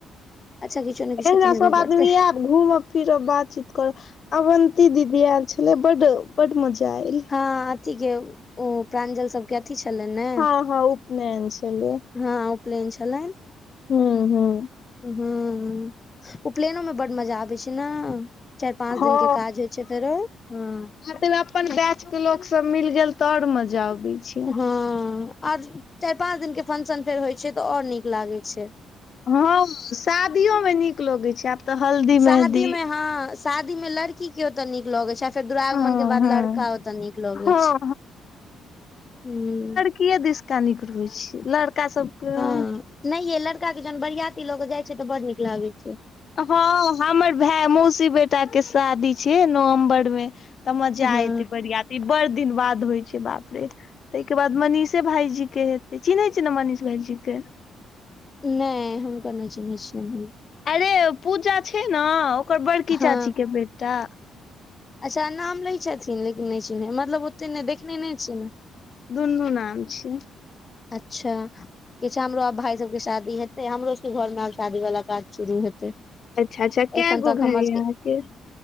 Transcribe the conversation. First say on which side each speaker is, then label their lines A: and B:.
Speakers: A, on the left; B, on the left.
A: अच्छा किछो ने किछो
B: अहिना
A: तऽ हेबे
B: सब
A: करतै
B: आदमी ऐब घूमब -फिरब बातचीत करब अवन्ती दीदी एल छलै बड्ड -बड्ड मजा एलै।
A: हॅं अथी के ओ प्रांजल सबके अथी छलैन ने।
B: हँ हँ उपनयन छलै
A: हँ उपलैन छलैन।
B: हूँ हूँ।
A: हूँ हूॅं उपलेएनो मे बड्ड मजा अबै छै नऽ। चारि पाँच
B: हँ
A: दिन के काज होय छै फेरो ह।
B: तै मे अप्पन बैच के लोक सब मिल गेल त और मजा अबै छै
A: हँ और चारि पाँच दिन के फन्सन फेर होय छै त और नीक लागै छै।
B: हँ शादियो मे नीक लगै छै आब तऽ हल्दी
A: शादी
B: मेहदी
A: में हँ। शादी मे लड़की के ओतऽ नीक लगेै छै। फेर दुरांगमन
B: हँ
A: के बाद
B: हँ
A: लड़का ओतऽ नीक लगै
B: हँ
A: छै हूँ।
B: कीये दिसका नीक रहै छै लड़का सब के
A: हॅं नै यै लड़का के जहन बरियाती लऽ क जाइ छै तऽ बड नीक लागै छै।
B: हॅं हमर भेए मौसी बेटा के शादी छियै नवम्बर मे। तऽ मजा
A: हँ
B: एतै बरियाती बड़ दिन बाद होइ छै बाप रे। तै के बाद मनीषे भाइजी के हेतै चिन्है छियै ने मनीष भाइजी के।
A: नै हुनका नै चिन्है छियैन हम।
B: अरे पूजा छै नऽ ओकर बड़की
A: हँ
B: चाची के बेटा।
A: अच्छा नाम लै छथिन लेकिन नै चिन्है मतलब ओते ने देखने नै छियनि ने।
B: दुन्हु नाम छियनि।
A: अच्छा कि छै हमरो आब भाइ जी सबके शादी हेतै हमरो सके घर मे आब शादी बला काज शुरू हेतै।
B: अच्छा अच्छा केए
A: एखन तक
B: गो
A: हमर
B: भाइ
A: सबके
B: यऽ अहाँके?